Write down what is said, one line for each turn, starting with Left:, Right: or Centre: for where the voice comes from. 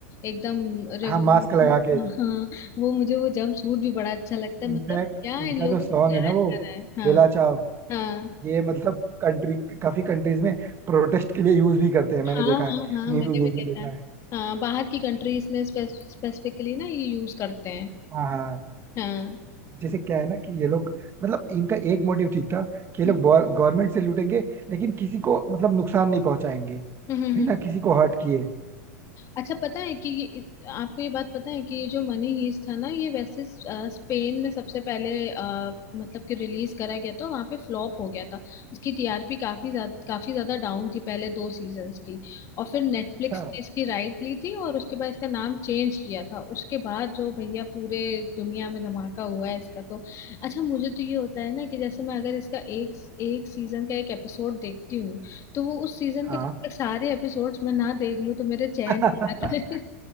Left: एकदम रेवोल्यूशन
Right: हाँ मास्क लगा के
Left: हाँ वो मुझे वो जंप सूट भी बड़ा अच्छा लगता है
Right: इनफैक्ट
Left: मतलब क्या
Right: इनका
Left: इन लोगों
Right: जो सॉन्ग
Left: ने प्लान
Right: है ना वो
Left: करा है हाँ
Right: बेला चाव
Left: हाँ
Right: ये मतलब कंट्री काफी कंट्रीज में प्रोटेस्ट के लिए यूज भी करते हैं
Left: हाँ
Right: मैंने देखा है
Left: हाँ हाँ
Right: न्यूज
Left: मैंने
Right: न्यूज
Left: भी देखा
Right: में देखा
Left: है
Right: है
Left: हाँ बाहर की कंट्रीज में स्पेसिफिकली ना ये यूज करते हैं
Right: हाँ हाँ
Left: हाँ
Right: जैसे क्या है ना कि ये लोग मतलब इनका एक मोटिव ठीक था कि ये
Left: हम्म
Right: लोग गवर्नमेंट से लूटेंगे लेकिन किसी को मतलब नुकसान नहीं पहुंचाएंगे
Left: हम्म हम्म,
Right: बिना
Left: हम्म।
Right: किसी को हर्ट किए
Left: अच्छा पता है कि ये- आपको ये बात पता है कि ये जो मनी हीस्ट था ना ये वैसे अ, स्पेन में सबसे पहले अ, मतलब कि रिलीज करा गया था वहां पे फ्लॉप हो गया था इसकी टीआरपी काफी ज्यादा काफी ज्यादा डाउन थी पहले दो सीजन्स की और फिर नेटफ्लिक्स
Right: अच्छा
Left: ने इसकी राइट ली थी और उसके बाद इसका नाम चेंज किया था उसके बाद जो भैया पूरे दुनिया में धमाका हुआ है इसका तो अच्छा मुझे तो ये होता है ना कि जैसे मैं अगर इसका एक एक सीजन का एक एपिसोड देखती हूँ तो वो उस सीजन
Right: हाँ
Left: के जब तक सारे एपिसोड्स मैं ना देख लूं तो मेरे चैन
Right: <laughs>
Left: नहीं आता